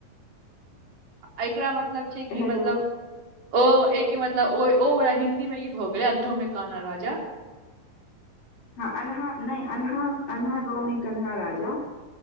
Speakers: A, on the right; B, on the left.
A: एकरा मतलब छै कि
B: हेलो
A: मतलब ओ एय के मतलब ओ ओ हिन्दी मे ई भऽ गेलै अन्धो में काना राजा।
B: हँ अन्हा नै अन्हा -अन्हा गाँवमे कन्हा राजा।